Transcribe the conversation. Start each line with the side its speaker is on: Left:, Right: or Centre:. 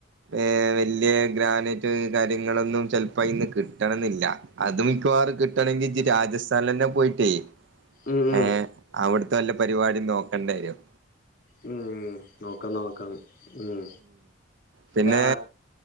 Right: ഏഹ് വല്യ ഗ്രാനേറ്റ് കാര്യങ്ങളൊന്നും ചെലപ്പോ അയ്‌ന്ന് കിട്ടണംന്നില്ല അത് മിക്കവാറും കിട്ടണെങ്കി ഇജ്ജ് രാജസ്ഥാനിലന്നെ പോയിട്ടേ
Left: ഉം ഉം
Right: ഏഹ് അവടുത്തെ വല്ല പരിപാടിം നോക്കണ്ടരും
Left: ഉം നോക്കാം നോക്കാം ഉം
Right: പിന്നെ
Left: ഞാ